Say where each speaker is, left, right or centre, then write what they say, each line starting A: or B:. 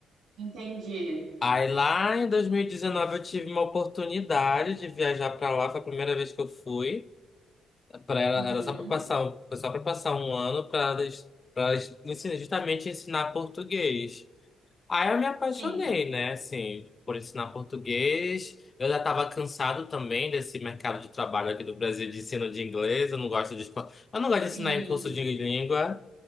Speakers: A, on the right; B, on the left.
A: Entendi.
B: Aí lá em 2019 eu tive uma oportunidade de viajar para lá, foi a primeira vez que eu fui. Pra ela,
A: Uhum.
B: era só para passar, foi só para passar um ano para para ensinar, justamente ensinar português. Aí eu me apaixonei,
A: Sim.
B: né, assim, por ensinar português. Eu já estava cansado também desse mercado de trabalho aqui do Brasil de ensino de inglês. Eu não gosto de, esco- eu não gosto
A: Sim.
B: de ensinar em curso de língua